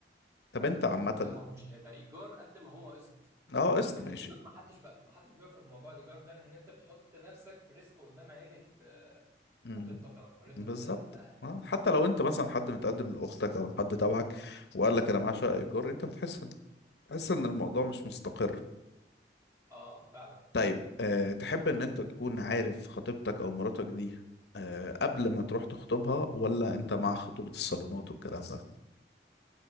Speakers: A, on the left (about 75°); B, on the right (about 15°).
A: طب انت عامه
B: لا هو مش هيبقى ايجار قد ما هو قسط
A: اه قسط
B: لكن
A: ماشي
B: ايجار ما حدش بقى ما حدش بيوافق بموضوع الايجار ده لان انت بتحط نفسك في ريسك قدام عيله آه،
A: مم.
B: خطيبتك او اللي انت
A: بالظبط
B: بتتقدم لها يعني.
A: اه حتى لو انت مثلا حد متقدم لاختك او حد تبعك وقال لك انا معايا شقه ايجار انت بتحس بتحس ان الموضوع مش مستقر
B: اه فعلا
A: طيب أه تحب ان انت تكون عارف خطيبتك او مراتك دي أه قبل ما تروح تخطبها ولا انت مع خطوبه الصالونات والكلام ده